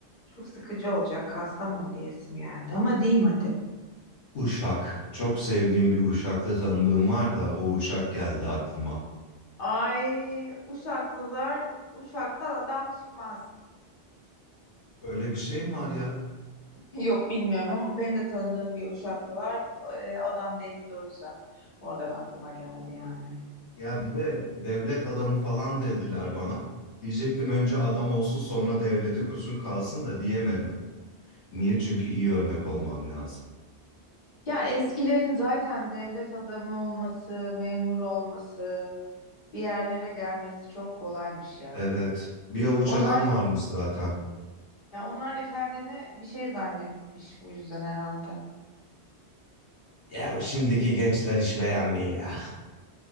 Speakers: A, on the left; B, on the left.
A: çok sıkıcı olacak. Kastamonu diyesim geldi ama diyeyim hadi.
B: Uşak. Çok sevdiğim bir Uşaklı tanıdığım var da o Uşak geldi aklıma.
A: Ay Uşaklılar, Uşak'tan adam çıkmaz.
B: Öyle bir şey mi var ya?
A: Yok bilmiyorum ama benim de tanıdığım bir Uşaklı var. Ee, adam değildi o yüzden. Oradan aklıma geldi yani.
B: Ya bir de devlet adamı falan dediler bana. Diyecektim önce adam olsun sonra devleti kusur kalsın da diyemedim. Niye? Çünkü iyi örnek olmam lazım.
A: Ya eskilerin zaten devlet adamı olması, memur olması, bir yerlere gelmesi çok kolaymış ya.
B: Evet. Bir avuç
A: Onlar
B: adam varmış zaten.
A: ya onlar da kendini bir şey zannetmiş bu yüzden herhalde.
B: Ya şimdiki gençler işi beğenmiyor ya.